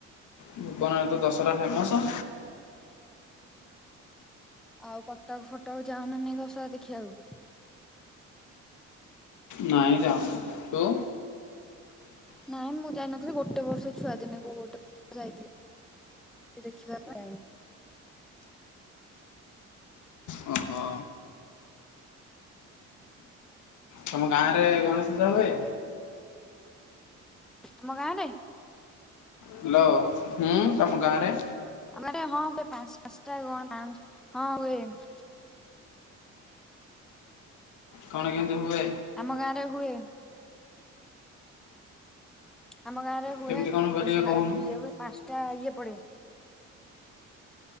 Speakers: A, on the left; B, in the centre.
A: ଭୁବନରେ ତ ଦଶହରା ଫେମସ।
B: ଆଉ କଟକ ଫଟକ ଯାଅ ନା ନାଇଁ ଦଶହରା ଦେଖିବାକୁ?
A: ନାଇଁ ଯାଉନି ତୁ?
B: ନାଇଁ ମୁଁ ଯାଇନଥିଲି ଗୋଟେ ବର୍ଷ ଛୁଆ ଦିନେ କୋଉ ଗୋଟେ ବର୍ଷ ଯାଇଥିଲି ଦେଖିବା ପାଇଁ।
A: ଓ ହୋ। ତମ ଗାଁ ରେ ଗଣେଶ ପୂଜା ହୁଏ?
B: ଆମ ଗାଁରେ।
A: ହାଲୋ। ହୁଁ ତମ ଗାଁରେ
B: ଆମ ଗାଁରେ ହଁ ହୁଏ ପା ପାଞ୍ଚଟା କଣ ପା ହଁ ହୁଏ।
A: କଣ କେତି ହୁଏ?
B: ଆମ ଗାଁରେ ହୁଏ। ଆମ ଗାଁରେ ହୁଏ
A: କେମିତି କଣ
B: ଦଶରା
A: ଟିକେ କହୁନୁ
B: ଏଇ ଯୋଉ ଇଏ ହୁଏ ପାଞ୍ଚଟା ଇଏ ପଡେ।